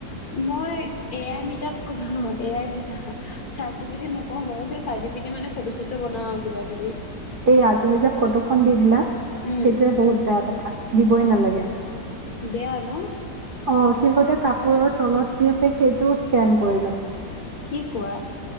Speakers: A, on the left; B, on the right.
A: মই এ এ আই মিটাত কৰোঁ A I me chat GPT নকৰোঁ বাৰু কিন্তু চাত জীপিতি মানে ফটো চটো বনাও আও কিবা কিবি।
B: এয়া তুমি যে ফটোখন দি দিলা
A: উম
B: সেইটোয়ে বহুত বেয়া কথা। দিবই নালাগে।
A: বেয়া ন?
B: অ' সিহতে কাপোৰৰ তলত কি আছে সেইটোও স্কেন কৰি লয়।
A: কি কোৱা?